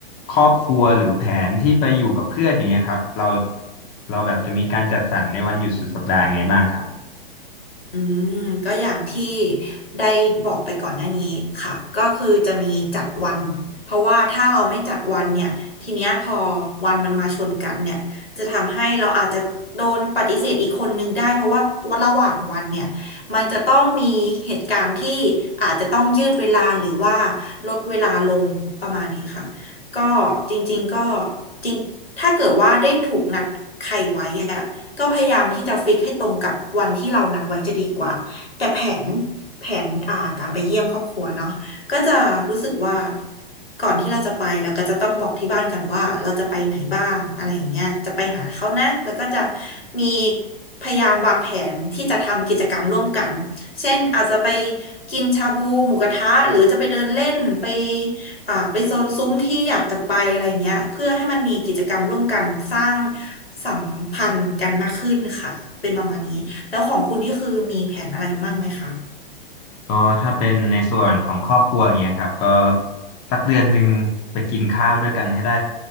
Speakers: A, on the left (about 20°); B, on the left (about 85°).
A: ครอบครัวหรือแผนที่ไปอยู่กับเพื่อนอย่างเงี้ยครับเราเราแบบจะมีการจัดสรรในวันหยุดสุดสัปดาห์ยังไงบ้างครับ
B: อืมก็อย่างที่ได้บอกไปก่อนหน้านี้ค่ะก็คือจะมีจัดวันเพราะว่าถ้าเราไม่จัดวันเนี่ยทีเนี้ยพอวันมันมาชนกันเนี่ยจะทำให้เราอาจจะโดนปฏิเสธอีกคนนึงได้เพราะว่าวันระหว่างวันเนี่ยมันจะต้องมีเหตุการณ์ที่อาจจะต้องยืดเวลาหรือว่าลดเวลาลงประมาณนี้ค่ะก็จริงๆก็จริงถ้าเกิดว่าได้ถูกนัดใครไว้อะ ก็พยายามที่จะฟิกให้ตรงกับวันที่เรานัดไว้จะดีกว่าแต่แผนแผนอ่าการไปเยี่ยมครอบครัวเนาะก็จะรู้สึกว่าก่อนที่เราจะไปเราก็จะต้องบอกที่บ้านกันว่าเราจะไปไหนบ้างอะไรอย่างเงี้ยจะไปหาเขานะแล้วก็จะมีพยายามวางแผนที่จะทำกิจกรรมร่วมกันเช่นอาจจะไปกินชาบูหมูกระทะหรือจะไปเดินเล่นไป อ่าไปโซนซุ้มที่อยากจะไปอะไรเงี้ยเพื่อให้มันมีกิจกรรมร่วมกันสร้างสัมพันธ์กันมากขึ้นค่ะเป็นประมาณนี้แล้วของคุณนี่คือมีแผนอะไรมั่งไหมคะ
A: ก็ถ้าเป็นในส่วนของครอบครัวอย่างเงี้ยครับก็สักเดือนหนึ่งไปกินข้าวด้วยกันให้ได้